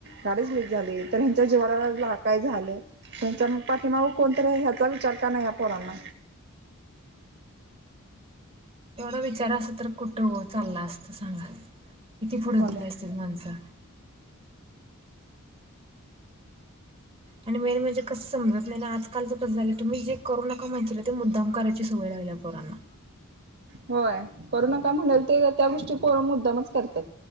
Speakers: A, on the right (about 50°); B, on the right (about 25°).
A: गडीच लक झाली तर ह्यांच्या जीवानाला काय झालं त्यांच्या पाठीमाग कोणतरी ह्याचा विचार का नाही या पोरांना
B: तेवढा विचार अस तर कुठं चालला असतं सांगा किती पुढं
A: कॉलेज
B: गेले असते माणसं आणि मेन म्हणजे कसं समजत नाही आणि आजकालचं कसं झालं तुम्ही जे करू नका माहिला ते मुद्दाम करायची सो वला वला पोर ना
A: होय करू नका म्हणेल ते त्या गोष्टी पोर मुद्दामच करतात.